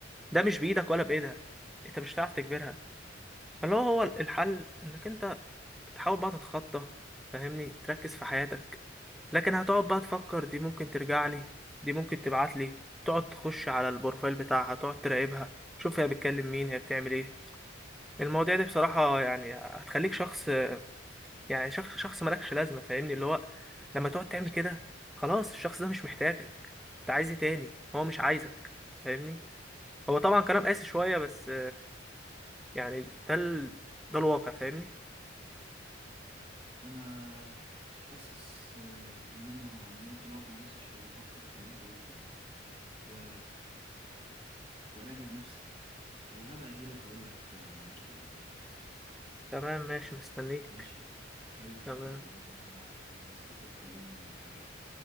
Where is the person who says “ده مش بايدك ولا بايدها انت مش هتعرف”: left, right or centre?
Centre